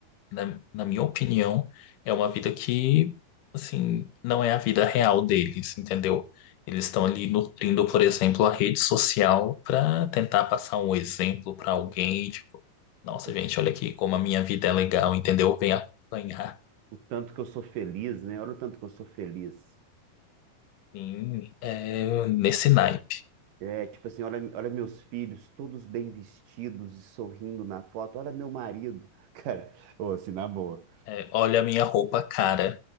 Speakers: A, on the left; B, on the right.
A: na, na minha opinião, é uma vida que, assim, não é a vida real deles, entendeu? Eles estão ali nutrindo, por exemplo, a rede social para tentar passar um exemplo para alguém, tipo, nossa,
B: É
A: gente, olha aqui como a minha vida é legal, entendeu? Vem apanhar
B: O tanto que eu sou feliz, né? Olha o tanto que eu sou feliz.
A: sim, é, nesse naipe.
B: É, tipo assim, olha, olha meus filhos, todos bem vestidos e sorrindo na foto. Olha meu marido. <laughs> Cara, ô, assim, na boa.
A: É, olha a minha roupa cara.